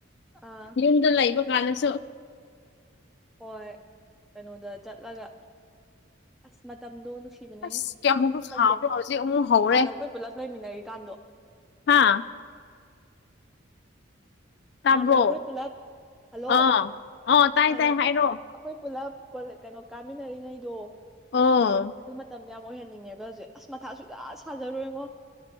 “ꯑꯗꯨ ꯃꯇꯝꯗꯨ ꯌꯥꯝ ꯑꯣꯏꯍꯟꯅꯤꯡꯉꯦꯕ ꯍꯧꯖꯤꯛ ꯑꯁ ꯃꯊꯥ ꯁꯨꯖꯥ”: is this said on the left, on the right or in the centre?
Centre